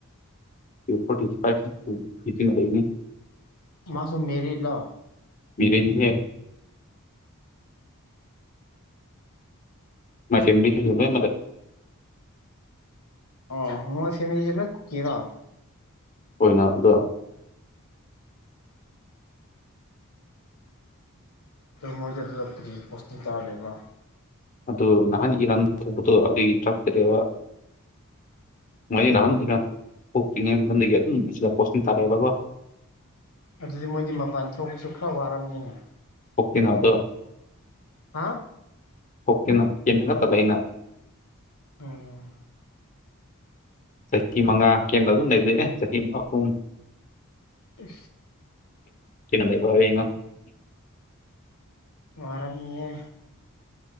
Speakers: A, on the left; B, on the left.
A: ꯐꯣꯔꯇꯤ ꯐꯥꯏꯚꯨ ꯍꯅꯦ
B: ꯃꯥꯁꯨ ꯃꯦꯔꯤꯠꯂꯣ
A: ꯃꯤꯔꯅꯤꯡꯦ ꯃ ꯆꯃꯤꯁꯨꯁꯨ ꯃ
B: ꯑꯣ ꯃꯣꯏ ꯐꯦꯃꯤꯂ ꯀꯨꯀꯤꯔꯣ
A: ꯑꯣꯏꯅ ꯑꯗꯨ
B: ꯃꯣꯏꯗ ꯑꯗꯨꯇꯔꯤ ꯄꯣꯁꯇ ꯇꯥꯔꯔꯦꯕ
A: ꯑꯗꯨ ꯅꯍꯥꯟ ꯏꯔꯥꯟ ꯊꯣꯛꯄꯗꯣ ꯑꯗꯨꯒꯤ ꯆꯥꯛꯆꯔꯦꯕ ꯃꯣꯏ ꯅꯍꯥꯟ ꯏꯔꯥꯡ ꯊꯣꯛ ꯊꯣꯛꯇ꯭ꯔꯤꯉꯩ ꯃꯇꯝꯗꯒꯤ ꯑꯗꯨꯝ ꯑꯁꯤꯗ ꯄꯣꯠꯁꯤꯟ ꯇꯥꯔꯛꯑꯦꯕ ꯕꯕꯥ
B: ꯑꯗꯨꯗꯤ ꯃꯣꯏꯗꯤ ꯃꯄꯥꯟ ꯊꯣꯛꯄꯁꯨ ꯈꯔ ꯋꯥꯔꯝꯅꯤꯅꯦ
A: ꯍꯄꯤꯅꯗꯨ
B: ꯍꯥ
A: ꯍꯇꯅꯣ ꯌꯦꯟꯅꯅ ꯇꯂꯅ
B: ꯎꯝ
A: ꯆꯍꯤ ꯃꯉꯥ ꯀꯦꯟꯗ꯭ꯔ ꯑꯗꯨꯝ ꯂꯩꯖꯦ ꯆꯍꯤ ꯑꯍꯨꯝ
B: ꯎ
A: ꯁꯤꯅ ꯇꯏ ꯄꯉꯣ
B: ꯃꯔꯔꯝ ꯌꯦ